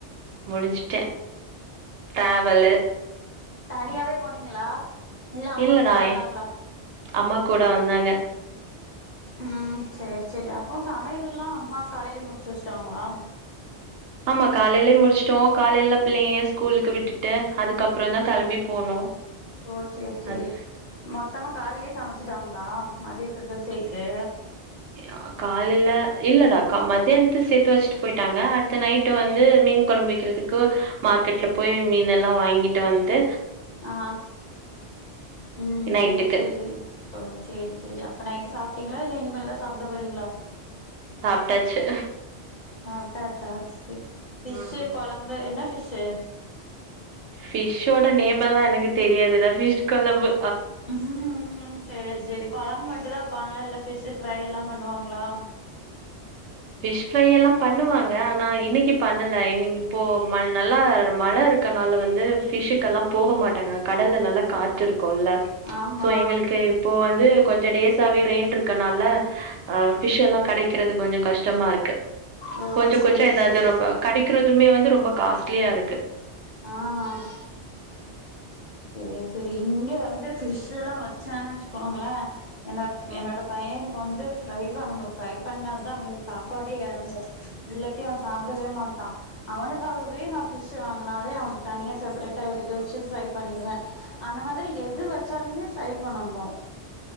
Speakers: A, on the right (about 80°); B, on the left (about 45°).
A: முடிச்சுட்டே ட்ராவலு
B: தனியாவே போனீங்களா இல்ல அம்மா
A: இல்லடா
B: கூட வந்தாங்களா?
A: அம்மா கூட வந்தாங்க
B: ம் சேரி சரி அப்போ சமையல் எல்லா அம்மா காலைலயே முடிச்சு வச்சுட்டாங்களா?
A: ஆமா காலைலயே முடிச்சட்டோ காலைல பிள்ளைங்க ஸ்கூலுக்கு விட்டுட்டு அதுக்கப்புறோந்தா கெளம்பி போனோ
B: ஓ சேரி சேரி
A: அது
B: மொத்தமா காலைலயே சமைச்சு ட்டாங்களா மதியத்துக்கு சேத்து
A: யா காலைல இல்லடா கா மத்தியானத்து சேத்து வச்சுட்டு போயிட்டாங்க அடுத்து நைட்டு வந்து மீன் கொழம்பு வக்கிறதுக்கு மார்க்கெட்ல போய் மீன் எல்லா வாங்கிட்டு வந்ட்டு
B: ஆ ம்
A: நைட்டுக்கு
B: சேரி சேரி ஓ சேரி சேரி அப்ப நைட்டு சாப்ட்டீங்களா இல்ல இனிமேல்தா சாப்ட போறீங்களா?
A: சாப்ட்டாச்சு
B: சாப்ட்டாச்சா செரி ந்பிஷ்ஷு
A: ம்
B: கொழம்பு என்ன ஃபிஷ்ஷு?
A: பபிஷோட நேம் எல்லாம் எனக்கு தெரியாதுடா பிஷ் குழம்பு
B: உம் சரி சரி குழம்பு இட்டுதான்ப்பாங்க இல்ல பபிஷ் ஃப்ரை எல்லாம் பண்ணுவாங்களா
A: பபிஷ் ஃப்ரை எல்லாம் பண்ணுவாங்க ஆனா இன்னைக்கு பண்ணல இன் இப்போ நல்லா மழை இருக்கனால வந்து பபிஷ்க்குெல்லாம் போக மாட்டாங்க கடல்ல நல்லா காற்றுருக்கும் போல்ல
B: ஆமா
A: சோ எங்களுக்கு இப்போ வந்து கொஞ்சம் டேஸாவவே ரெயின் இருக்கு இருக்கனால் பிஷ் எல்லாம் கிடைக்கறிறது கொஞ்சம் கஷ்டம் கஷ்டமா இருக்கு
B: ஓ
A: கொஞ்சம்
B: சேரி
A: கொஞ்சம் ஏதாவது
B: சேரி
A: ரொம்ப கடைக்க இருக்கதுமே வந்து ரொம்ப காஸ்ட்லியா இருக்கு
B: ஆஹ் சரி சரி இங்க வந்து பிஷ் எல்லாம் வச்சானனு வச்சுக்கோங்களேன் என்ன
A: ம்
B: என்னோட பையனுக்கு வந்து ஃரை பண்ணனும் ஃப்ரை பண்ணா தான் அவனுக்கு சாப்பாடே இறங்கும் இல்லாட்டிும் அவன் சாப்பிடவே மாட்டான் அவனுக்காகவே நான் பிஷ்் வாங்கினனாலே அவனுக்கு தனியா செப்பரேட்டா எடுத்து வச்சு ஃரை பண்ணிருவேன் அந்த மாதிரி எது வச்சாலுமே ஃரை பண்ணணும்